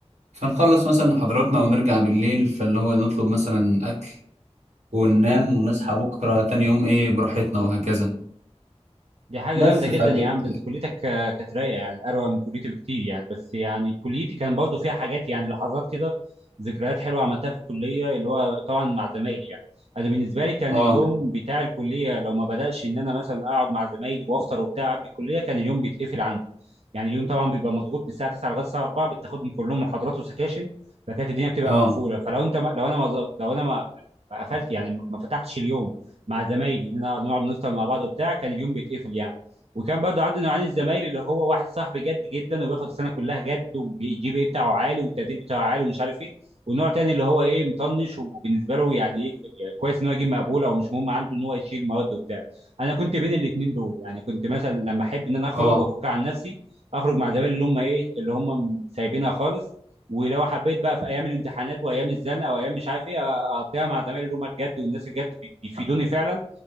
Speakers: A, on the right; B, on the right.
A: فنخلص مثلا محاضراتنا ونرجع بالليل فاللي هو نطلب مثلا أكل وننام ونصحى بكرة تاني يوم ايه براحتنا وهكذا
B: دي حاجة
A: بس
B: جامدة جدا
A: فكانت
B: يا عم ده انت كليتك آه، كانت رايقة يعني اروع من كليتي بكتير يعني بس يعني كليتي كان برضه فيها حاجات يعني لحظات كده ذكريات حلوة عملتها في الكلية اللي هو طبعا مع زمايلي يعني انا بالنسبة لي كان
A: اه
B: اليوم بتاع الكلية لو ما بدأش ان انا مثلا اقعد مع زمايلي وافطر وبتاع قبل الكلية كان اليوم بيتقفل عندي يعني اليوم طبعا بيبقى مضغوط من الساعة 9 لغاية الساعة 4 بتاخد من كلهم محاضرات وسكاشن فكانت الدنيا بتبقى
A: اه
B: مقفولة فلو انت ما لو انا ما لو انا ما ما قفلت يعني ما فتحتش اليوم مع زمايلي ان انا نقعد نفطر مع بعض وبتاع كان اليوم بيتقفل يعني وكان برضو عندي نوعين الزمايل اللي هو واحد صاحبي جد جدا وبياخد السنه كلها جد وبيجيب ايه بتاعه عالي والتقدير بتاعه عالي ومش عارف ايه والنوع تاني اللي هو ايه مطنش وبالنسبه له يعني ايه كويس ان هو يجيب مقبول او مش مهم عنده ان هو يشيل مواد وبتاع انا كنت بين الاثنين دول يعني كنت مثلا لما احب ان انا اخرج
A: اه
B: وافك عن نفسي اخرج مع زمايلي اللي هم ايه اللي هم سايبينها خالص ولو حبيت بقى في ايام الامتحانات وايام الزنقه وايام مش عارف ايه اقضيها مع زمايلي اللي هم الجد والناس الجد بي- بيفيدوني فعلا